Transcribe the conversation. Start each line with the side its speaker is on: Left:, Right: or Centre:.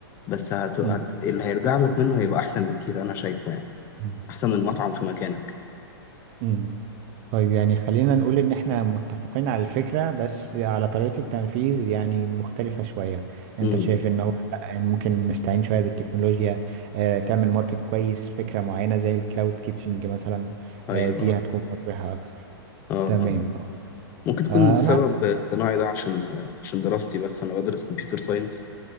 Left: بس هت... هت...
Right: امم
Left: اللي هيرجع لك منه هيبقى أحسن بكتير أنا شايفه يعني
Right: امم
Left: أحسن من مطعم في مكانك
Right: امم. طيب يعني خلينا نقول ان احنا متفقين على الفكرة بس على طريقة التنفيذ يعني مختلفة شوية انت
Left: امم
Right: شايف
Left: إمم.
Right: ان هو لأ، ممكن نستعين شوية بالتكنولوجيا آه، تعمل ماركت كويس فكرة معينة زي الكلاود كيتشنج مثلا
Left: أيوه
Right: آه، دي هتكون مربحة اكتر
Left: آه
Right: تمام
Left: آه.
Right: اه
Left: ممكن تكون
Right: آه،
Left: سبب
Right: انا
Left: اقتناعي ده عشان عشان دراستي بس أنا بدرس كمبيوتر ساينس